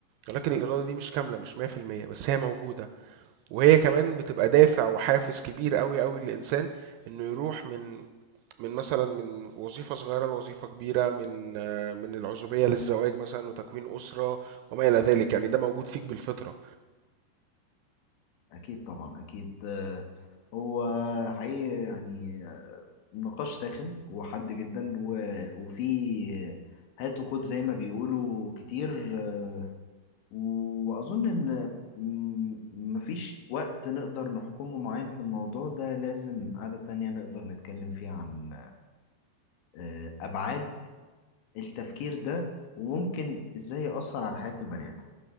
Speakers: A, on the right; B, on the left.
A: ولكن الإرادة دي مش كاملة مش 100% بس هي موجودة وهي كمان بتبقى دافع وحافز كبير قوي قوي للإنسان إنه يروح من من مثلا من وظيفة صغيرة لوظيفة كبيرة من آه، من العزوبية للزواج مثلا وتكوين أسرة وما إلى ذلك يعني ده موجود فيك بالفطرة
B: اكيد طبعا اكيد آه، هو حقيقي يعني نقاش ساخن وحاد جدا و- وفي هات وخد زي ما بيقولوا كتير آه، وأظن إن م- مفيش وقت نقدر نحكمه معين في الموضوع ده لازم قعدة تانية نقدر نتكلم فيها عن آه، أبعاد التفكير ده وممكن إزاي يأثر على حياة البني آدم